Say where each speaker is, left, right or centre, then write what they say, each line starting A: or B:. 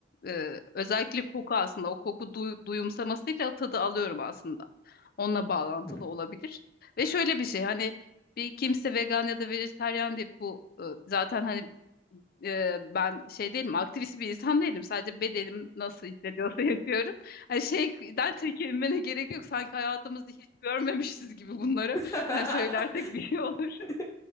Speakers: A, on the left (about 55°); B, on the left (about 15°).
A: e, özellikle koku aslında o koku duy- duyumsamasıyla tadı alıyorum aslında. Onunla bağlantılı
B: Hı
A: olabilir. Ve şöyle bir şey hani bir kimse vegan ya da vejetaryen diye bu e, zaten hani e, ben şey değilim aktivist bir insan değilim. Sadece bedenim nasıl hissediyorsa <laughs> yapıyorum Hani şeyden çekinmene gerek yok. Sanki hayatımızı hiç görmemişiz gibi bunları.
B: hı.
A: Hani söylersek bir şey olur.
B: <laughs>